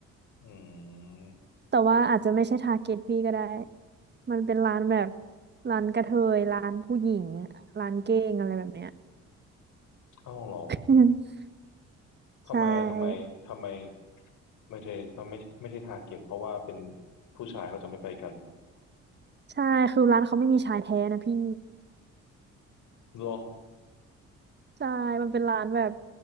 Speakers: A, on the left; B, on the right.
A: อืม
B: แต่ว่าอาจจะไม่ใช่ทาร์เก็ตพี่ก็ได้ มันเป็นร้านแบบร้านกระเทยร้านผู้หญิงร้านเก้งอะไรแบบเนี้ย
A: เอ้าเหรอ
B: <laughs>
A: ทำไมทำไมทำไม
B: ใช่
A: ไม่ใช่ไม่ใช่ไม่ใช่ทาร์เก็ตเพราะว่าเป็นผู้ชายเขาจะไม่ไปกัน
B: ใช่คือร้านเขาไม่มีชายแท้นะพี่
A: เหรอ
B: ใช่มันเป็นร้านแบบ